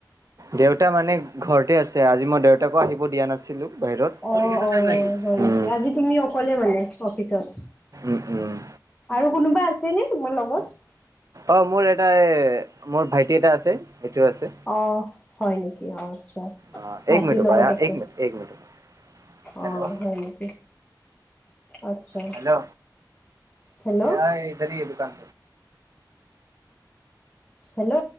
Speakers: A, on the right; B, on the left.
A: দেউতা মানে ঘৰতে আছে আজি মই দেউতা তাকো আহিব দিয়া নাছিলো বাহিৰত,
B: অ', অ', হয় নেকি
A: উম।
B: আজি তুমি অকলে মানে অফিচত?
A: উম উম।
B: আৰু কোনোবা আছে নে তোমাৰ লগত?
A: অ', মোৰ এটা মোৰ ভাইটি এটা আছে সেইটোও আছে।
B: অ', হয় নেকি অ আচ্ছা।
A: অ
B: ভাইটিৰ
A: এক মিনিট ৰবা
B: লগত আছে।
A: এক মিনিট এক মিনিট ৰবা হেল্ল'
B: অ', হয় নেকি? আচ্ছা
A: হেল্ল',
B: হেল্ল'
A: এয়া এই বাৰি এইটো কাম
B: হেল্ল'।